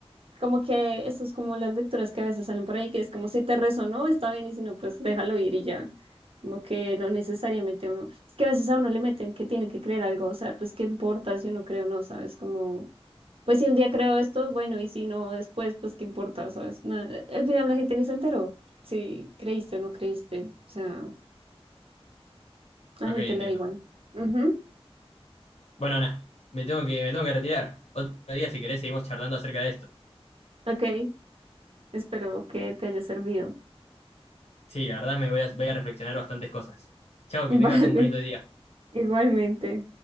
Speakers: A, on the right (about 60°); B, on the left (about 85°).
A: como que eso es como las lecturas que a veces salen por ahí, que es como si te resonó, está bien, y si no, pues déjalo ir y ya. Como que no necesariamente uno, es que a veces a uno le meten que tiene que creer algo, o sea, pues qué importa si uno cree o no, ¿sabes? Como, pues si un día creo esto, bueno, y si no después, pues qué importa, ¿sabes? Nada, al final la gente ni se enteró si creíste o no creíste, o sea, a
B: Ok,
A: la gente
B: entiendo.
A: le da igual. Ujú,
B: Bueno, nada, me tengo que, me tengo que retirar. Otro día, si querés, seguimos charlando acerca de esto.
A: Ok, espero que te haya servido.
B: Sí, la verdad me voy a, voy a reflexionar bastantes cosas. Chao,
A: <laughs> Vale,
B: que tengas un bonito día.
A: igualmente.